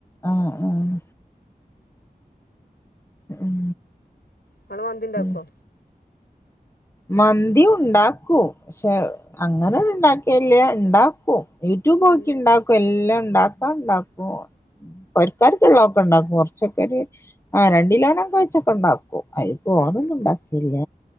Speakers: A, on the left; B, on the left.
A: ആഹ് ആഹ് ഉം
B: ങ്ങള് മന്തി ഇണ്ടാക്കോ
A: ഉം മന്തി ഉണ്ടാക്കും ക്ഷെ അങ്ങനെ ഇണ്ടാക്കിയില്ല്യ ഇണ്ടാ ക്കും യൂട്യൂബ് നോക്കി
B: ഉം
A: ഇണ്ടാ ക്കും എല്ലാം ഇണ്ടാക്കാ ഇണ്ടാക്കും പൊരക്കാർക്ക് ഇള്ളതൊക്ക ഇണ്ടാക്കും കൊറച്ചൊക്കെ ഒര് ആ രണ്ടിലോനൊക്ക വച്ചൊക്ക ഉണ്ടാക്കും അയിതോനൊന്നും
B: ഉം ഉം
A: ഉണ്ടാക്കില്ല
B: ഉം